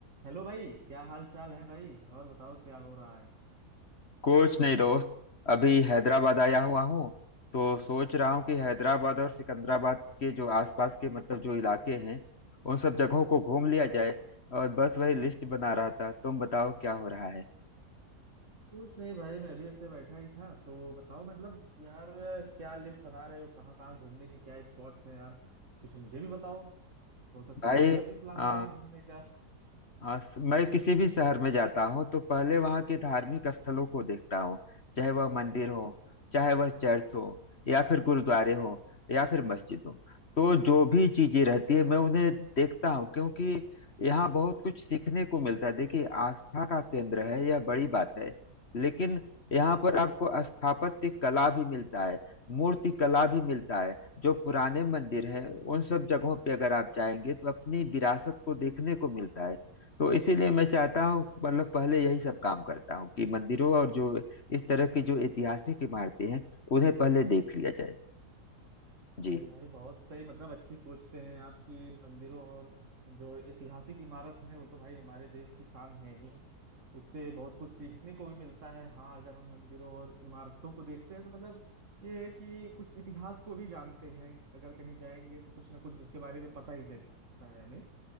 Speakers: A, on the right; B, on the left.
A: Hello भाई क्या हाल चाल है भाई और बताओ क्या हो रहा है
B: कुछ नहीं दोस्त अभी हैदराबाद आया हुआ हूँ तो सोच रहा हूँ कि हैदराबाद और सिकंदराबाद के जो आसपास के मतलब जो इलाके हैं उन सब जगहों को घूम लिया
A: हाँ,
B: जाए और बस वही लिस्ट बना रहा था तुम बताओ क्या हो रहा है
A: कुछ नहीं भाई मैं भी ऐसे बैठा ही था तो बताओ मतलब यार क्या लिस्ट बना रहे हो कहाँ कहाँ घूमने के क्या स्पॉट्स हैं यार कुछ मुझे भी बताओ हो सकता
B: भाई
A: है हम भी कभी प्लान
B: आ,
A: करें घूमने का
B: आ, स- मैं किसी भी शहर में जाता हूँ तो पहले वहाँ के धार्मिक स्थलों को देखता हूँ चाहे वह मंदिर हो चाहे वह चर्च हो या फिर गुरुद्वारे हो या फिर मस्जिद हो तो जो भी चीजें रहती है मैं उन्हें देखता हूँ क्योंकि यहाँ बहुत कुछ सीखने को मिलता है देखिए आस्था का केंद्र है यह बड़ी बात है लेकिन यहाँ पर आपको स्थापत्य कला भी मिलता है मूर्ति कला भी मिलता है जो पुराने मंदिर हैं उन सब जगहों पे अगर आप जाएंगे तो अपनी विरासत को देखने को मिलता है तो इसीलिए मैं चाहता हूँ मतलब पहले यही सब काम करता हूँ कि मंदिरों और जो इस तरह की जो ऐतिहासिक इमारतें हैं उन्हें पहले देख लिया जाए जी
A: भाई भाई बहुत सही मतलब अच्छी सोचते हैं आपकी मंदिरों और जो ऐतिहासिक इमारत है वो तो भाई हमारे देश की शान है ही उससे बहुत कुछ सीखने को भी मिलता है हाँ अगर हम मंदिरों और इमारतों को देखते हैं तो मतलब ये है कि कुछ इतिहास को भी जानते हैं अगर कहीं जाएंगे तो कुछ ना कुछ उसके बारे में पता ही चलता है हमें